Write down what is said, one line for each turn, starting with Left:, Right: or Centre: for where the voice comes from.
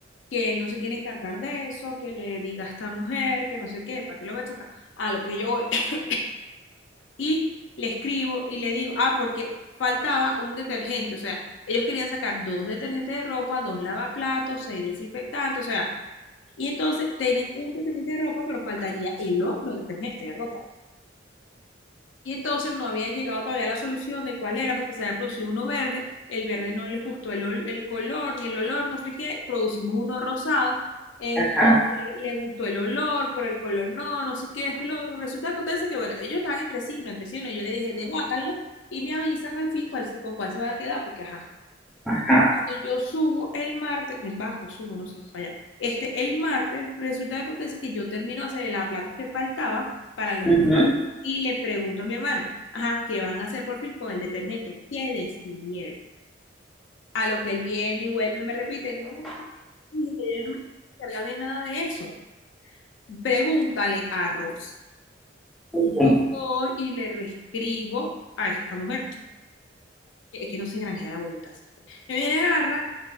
Left: que él no se quiere encargar de eso, que le diga a esta mujer, que no sé qué, el patrón lo va a sacar, a lo que yo voy. <coughs> <clears throat> Y le escribo y le digo, ah, porque faltaba un detergente, o sea, ellos querían sacar dos detergentes de ropa, dos lavaplatos, seis desinfectantes, o sea, y entonces tienen un detergente de ropa, pero faltaría el otro detergente de ropa. Y entonces no habían llegado todavía a la solución de cuál era, porque se había producido uno verde, el verde no les gustó el, ol- el color ni el olor, no sé qué, producimos uno rosado, entonces
Centre: Ajá,
Left: les gustó el olor, pero el color no, no sé qué, es lo otro. Resulta que acontece que, bueno, ellos estaban entre sí, no entre sí, no. Yo le dije, debátanlo y me avisan al fin cuál se- con cuál se van a quedar, porque ajá.
Centre: ajá,
Left: Cuando yo subo el martes, me bajo, subo, no sé, para allá. Este, el martes, resulta que acontece que yo termino de hacer la plata que faltaba para los
Centre: ujú,
Left: dos lápices. Y le pregunto a mi hermano, ajá, ¿qué van a hacer por fin con el detergente? ¿Qué decidieron? A lo que él viene y vuelve y me repite, no, yo no me encargo de nada de eso. Pregúntale a Rosa.
Centre: ujú,
Left: Yo voy y le reescribo a esta mujer. que que no se granjea la voluntad. sí. Me viene Garra